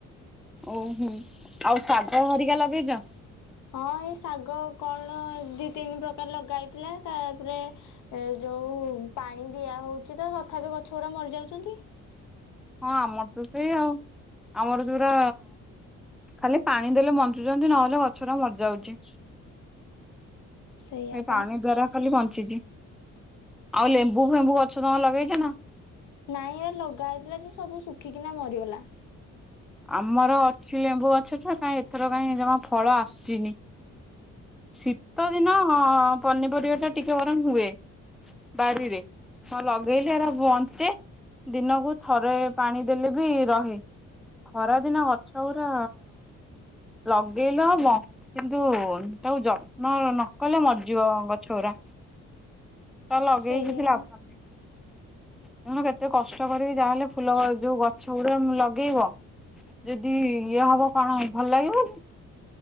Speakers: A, in the centre; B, on the left.
A: ଓହୋ ଆଉ ଶାଗ ହରିକା ଲଗେଇଛ?
B: ହଁ ଏଇ ଶାଗ କଣ ଦି ତିନି ପ୍ରକାର ଲଗା ହେଇଥିଲା ତାପରେ ଏ ଯୋଉ ପାଣି ଦିଆ ହଉଛି ତ ତଥାପି ଗଛ ଗୁଡା ମରିଯାଉଛନ୍ତି।
A: ହଁ ଆମର ତ ସେଇ ଆଉ ଆମର ପୁରା ଖାଲି ପାଣି ଦେଲେ ବଞ୍ଚୁଛନ୍ତି ନହେଲେ ଗଛ ଟା ମରିଯାଉଛି। ସେ
B: ସେଇଆ ପା
A: ପାଣି ଦ୍ୱାରା ଖାଲି ବଞ୍ଚ ନଚିଚି ଆଉ ଲେମ୍ବୁ ଫେମ୍ବୁ ଗଛ ତମ ଲଗେଇଛ ନା?
B: ନାଇଁ ଆ ଲଗା ଯେ ସବୁ ଶୁଖିକିନା ମରିଗଲା।
A: ଆମର ଅଛି ଲେମ୍ବୁ ଗଛ ଟା କାହିଁ ଏଥର କାହିଁ ଜମା ଫଳ ଆସିନି ଶୀତ ଦିନ ପନିପରିବା ଟା ଟିକେ ଗରମ ହୁଏ ବାରିରେ ହ ଲଗେଇଲେ ଏ ବଞ୍ଚେ ଦିନକୁ। ଥରେ ପାଣି ଦେଲେ ବି ରହେ ଖରାଦିନ ଗଛ ଗୁଡା ଲଗେଇଲେ ହବ କିନ୍ତୁ ତାକୁ ଯତ୍ନ ନକଲେ ମରିଯିବ ଗଛ ଗୁଡା। ତା ଲଗେଇି
B: ସେଇଆ
A: କିଛି ଲାଭେ
B: ପା
A: ତମର କେତେ କଷ୍ଟ କରିକି ଯାହାହେଲେ ଫୁଲ ଯୋଉ ଗଛ ଗୁଡା ଲଗେଇବ ଯଦି ଇଏ ହବ କଣ ଭଲ ଲାଗିବ